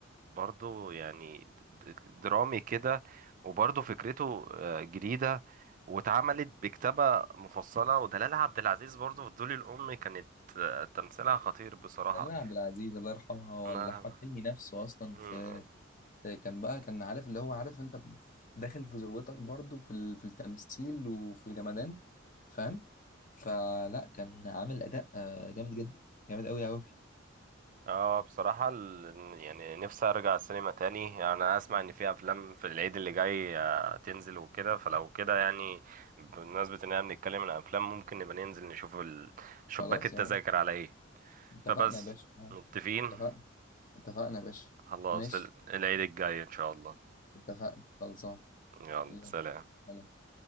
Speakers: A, on the right; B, on the left.
A: برضو يعني د- د- درامي كده وبرضو فكرته آه، جديدة واتعملت بكتابة مفصلة ودلال عبد العزيز برضو في الدول الأم كانت آه، تمثيلها خطير بصراحة
B: دلال عبد العزيز الله يرحمها ولا
A: الله
B: احمد حلمي نفسه اصلا
A: يرحمه
B: في, في كان بقى كان عارف اللي هو عارف انت داخل في ذروتك برضو في ال- في التمثيل وفي الجمدان فاهم فلا كان عامل اداء آه، جامد جدا جامد قوي قوي
A: اه بصراحة ال- يعني نفسي ارجع السينما تاني يعني انا اسمع ان في افلام في العيد اللي جاي آه، تنزل وكده فلو كده يعني بمناسبة ان احنا بنتكلم عن افلام ممكن نبقى ننزل نشوف ال- شباك
B: خلاص
A: التذاكر
B: يا عم
A: على ايه
B: اتفقنا
A: فبس
B: يا باشا آه،
A: متفقين
B: اتفقنا اتفقنا يا باشا
A: خلاص
B: ماشي
A: ال- العيد الجاي ان شاء الله
B: اتفقنا خلصان
A: يلا
B: يلا
A: سلام
B: سلام.